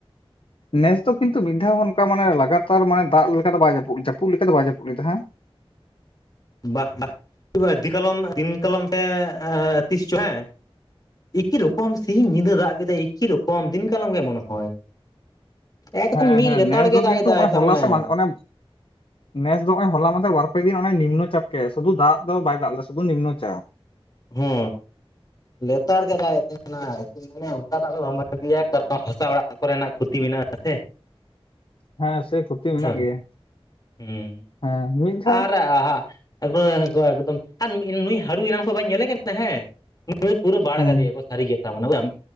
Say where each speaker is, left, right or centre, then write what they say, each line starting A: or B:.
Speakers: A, on the left (about 60°); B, on the left (about 40°).
A: ᱱᱮᱥ ᱫᱚ ᱠᱤᱱᱛᱩ ᱢᱤᱫᱽ ᱫᱷᱟᱣ ᱦᱚᱸ ᱚᱱᱠᱟ ᱢᱟᱱᱮ ᱞᱟᱜᱟᱛᱟᱨ ᱢᱟᱱᱮ ᱫᱟᱜᱽ ᱞᱮᱠᱟ ᱫᱚ ᱵᱟᱭ ᱡᱟᱹᱯᱩ ᱡᱟᱹᱯᱩᱫᱽ ᱞᱮᱠᱟ ᱫᱚ ᱵᱟᱭ ᱡᱟᱹᱯᱩᱫᱽ ᱞᱮᱫᱟ ᱦᱮᱸ᱾
B: ᱵᱟ ᱵᱟ ᱫᱤᱱ ᱠᱟᱞᱚᱢ ᱛᱤᱱ ᱠᱟᱞᱚᱢ ᱯᱮ ᱛᱤᱥ ᱪᱚ ᱦᱮᱸ ᱮᱠᱤ ᱨᱚᱠᱚᱢ ᱥᱤᱧ ᱧᱤᱸᱫᱟᱹ ᱫᱟᱜᱽ ᱠᱮᱫᱟ, ᱮᱠᱤ ᱨᱚᱠᱚᱢ ᱫᱤᱱ ᱠᱟᱞᱚᱢ ᱜᱮ ᱢᱚᱱᱮ ᱦᱳᱭ᱾ ᱮᱠᱫᱚᱢ
A: ᱦᱮᱸ
B: ᱢᱤᱫ
A: ᱦᱮᱸ
B: ᱞᱮᱛᱟᱲ
A: ᱱᱮᱥ
B: ᱜᱮ
A: ᱫᱚ
B: ᱫᱟᱜᱽ
A: ᱠᱤᱱᱛᱩ
B: ᱫᱟᱭ
A: ᱱᱚᱜᱼᱚᱭ
B: ᱛᱟᱨ
A: ᱦᱚᱞᱟ
B: ᱢᱟᱱᱮ
A: ᱥᱮ ᱚᱱᱮ ᱱᱮᱥ ᱫᱚ ᱦᱟᱜ ᱦᱚᱞᱟ ᱢᱟᱫᱮᱨ ᱵᱟᱨ ᱯᱮ ᱫᱤᱱ ᱚᱱᱮ ᱱᱤᱱᱱᱚ ᱪᱟᱯ ᱠᱮᱟᱭ, ᱥᱩᱫᱩ ᱫᱟᱜ ᱫᱚ ᱵᱟᱭ ᱫᱟᱜ ᱞᱮᱫᱟᱭ ᱥᱩᱫᱩ ᱱᱤᱱᱱᱚ ᱪᱟᱯ
B: ᱦᱩ, ᱞᱮᱛᱟᱲ ᱜᱮ ᱫᱟᱜ ᱮᱫ ᱛᱟᱦᱮᱱᱟ᱾ ᱢᱟᱱᱮ ᱚᱱᱠᱟ ᱫᱚ ᱟᱫᱚ ᱵᱟᱢ ᱵᱷᱟᱹᱜᱤᱭᱟ, ᱠᱟᱨᱚᱱ ᱦᱟᱥᱟ ᱚᱲᱟᱜ ᱠᱚᱨᱮᱱᱟᱜ ᱠᱷᱩᱛᱤ ᱢᱮᱱᱟᱜᱼᱟ ᱥᱮ
A: ᱦᱮᱸ, ᱥᱮᱭ ᱠᱷᱚᱛᱤ ᱢᱮᱱᱟᱜ
B: ᱥᱮ ᱵᱟᱝ
A: ᱜᱮᱭᱟ᱾
B: ᱦᱩᱸ
A: ᱦᱮᱸ ᱢᱤᱫ ᱫᱷᱟᱣ
B: ᱟᱨ ᱮᱠᱫᱚᱢ ᱱᱩᱭ ᱦᱟᱹᱲᱩᱭ ᱨᱟᱱ ᱠᱚ ᱵᱟᱹᱧ ᱧᱮᱞᱮ ᱠᱟᱱ ᱛᱟᱦᱮᱸ ᱦᱮᱸ ᱯᱩᱨᱟᱹ ᱵᱟᱲᱜᱟ
A: ᱦᱮᱸ
B: ᱮᱫ ᱠᱚ ᱥᱟᱹᱨᱤ ᱜᱮ ᱛᱚ ᱢᱟᱱᱢ